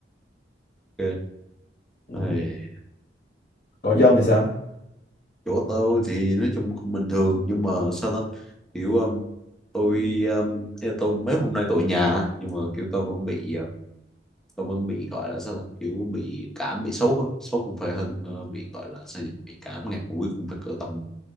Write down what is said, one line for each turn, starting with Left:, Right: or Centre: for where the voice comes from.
Centre: ok
Left: ừ.
Centre: Ai,
Left: còn cho ông thì sao
Centre: chỗ tôi thì nói chung cũng bình thường nhưng mà sao ta kiểu um, tôi um, ý là tôi mấy hôm nay tôi ở nhà nhưng mà kiểu tôi vẫn bị uh, tôi vẫn bị gọi là sao ta kiểu bị cảm bị sốt á sốt cũng phải hơn ờ, bị gọi là sao nhỉ? bị cảm ngạt mũi cũng phải cỡ tầm